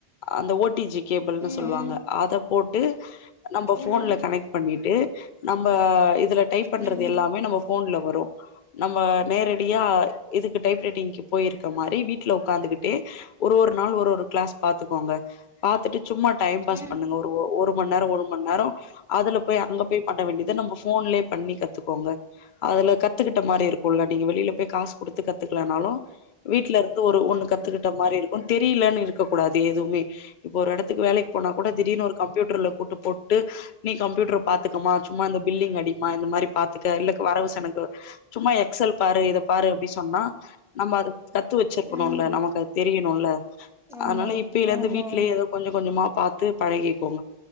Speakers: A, on the left (about 60°); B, in the centre.
A: அந்த ஓ டி ஜி கேபிள்ன்னு
B: ம்
A: சொல்லுவாங்க
B: ம்
A: அத போட்டு நம்ம ஃபோன்ல
B: ம்
A: கனெக்ட் பண்ணிட்டு நம்ம இதுல டைப் பண்றது
B: ம்
A: எல்லாமே நம்ம ஃபோன்ல வரு நம்ம நேரடியா இதுக்கு டைப் ரைட்டிங்க்கு போயிருக்க மாரி வீட்டுல உக்காந்துகிட்டே ஒரு ஒரு நாள் ஒரு ஒரு கிளாஸ் பாத்துக்கோங்க பாத்துட்டு சும்மா டைம் பாஸ்
B: ம்
A: பண்ணுங்க ஒரு ஒரு மண் நேரோ ஒரு மண் நேரோ அதுல போய் அங்க போய் பண்ண வேண்டியது நம்ம ஃபோன்லயே பண்ணி கத்துக்கோங்க அதுல கத்துக்கிட்ட மாரி இருக்குல்ல நீங்க வெளில போய் காசு குடுத்து கத்துக்கலேனாலு வீட்ல இருந்து ஒரு ஒண்ணு கத்துக்கிட்ட மாரி இருக்கு தெரியலன்னு இருக்க கூடாது எதுவுமே இப்போ ஒரு எடத் துக்கு வேலைக்கு போனா கூட திடீர்னு ஒரு கம்யூட்டர்ல கூட்டு போட்டு நீ கம்பியூட்டர் பாத்துக்கமா சும்மா இந்த பில்லிங் அடிமா இந்த மாரி பாத்துக்க இல்லக்கு வரவு செனக்கு சும்மா எக்சல் பாரு இத பாரு அப்டி சொன்னா நம்ம அது கத்து வெச்சிருக்கணுல
B: ம்
A: நமக்கு அது தெரியணுல்ல
B: ஆமா
A: அதனால இப்பைல இருந்து
B: ஆமா
A: வீட்லயே ஏதோ கொஞ்சம் கொஞ்சமா பாத்து பழகிக்கோங்க